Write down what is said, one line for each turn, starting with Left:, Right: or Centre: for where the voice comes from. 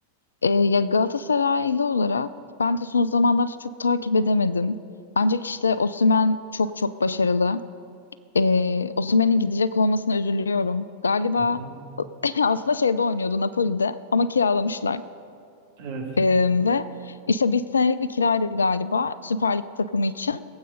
Left: Ee, ya Galatasaraylı olarak ben de son zamanlarda çok takip edemedim. Ancak işte Osimhen çok çok başarılı. Ee, Osimhen'in gidecek olmasına üzülüyorum. Galiba
Right: Hı hı.
Left: <clears throat> aslında şeyde oynuyordu Napoli'de ama kiralamışlar.
Right: Evet.
Left: Ee, ve işte bir senelik bir kiraydı galiba Süper Lig takımı için.